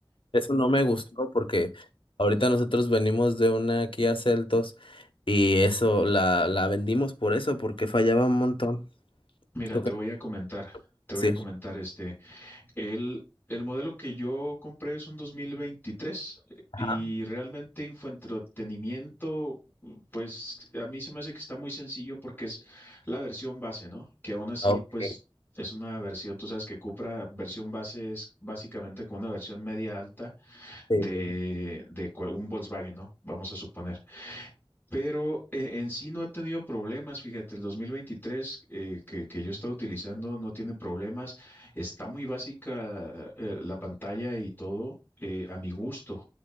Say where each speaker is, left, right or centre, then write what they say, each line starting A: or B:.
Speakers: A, on the left; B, on the left.
A: eso no me gustó porque ahorita nosotros venimos de una Kia Celtos y eso la, la vendimos por eso, porque fallaba un montón.
B: Mira,
A: ¿Tú
B: te
A: qué
B: voy a comentar,
A: vas a
B: te voy a
A: decir?
B: comentar este. El, el modelo que yo compré es un 2023
A: Ajá.
B: y realmente en fue entretenimiento, pues a mí se me hace que está muy sencillo porque es la versión base, ¿no? Que aún así,
A: Ok.
B: pues es una versión, tú sabes que Cupra, versión base es básicamente como una versión media alta
A: Sí.
B: de, de cual- un Volkswagen, ¿no? Vamos a suponer pero eh, en sí no ha tenido problemas. Fíjate, el 2023 eh, que, que yo he estado utilizando no tiene problemas. Está muy básica eh, la pantalla y todo. eh, a mi gusto.